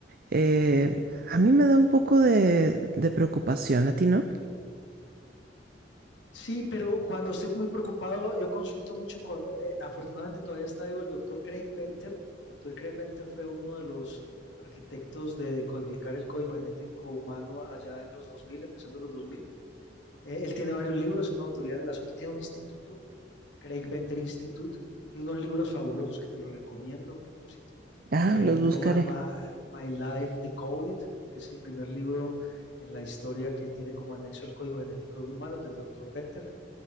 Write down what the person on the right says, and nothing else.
Eh, a mí me da un poco de, de preocupación, ¿a ti no?
Ah,
los buscaré.